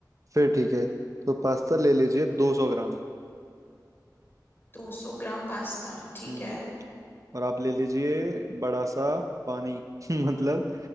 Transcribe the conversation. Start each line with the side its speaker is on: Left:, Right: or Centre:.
Right: फिर ठीक है तो पास्ता ले लीजिए 200 ग्राम
Left: 200 ग्राम पास्ता ठीक
Right: हम्म
Left: है
Right: और आप ले लीजिए बड़ा सा पानी <laughs> मतलब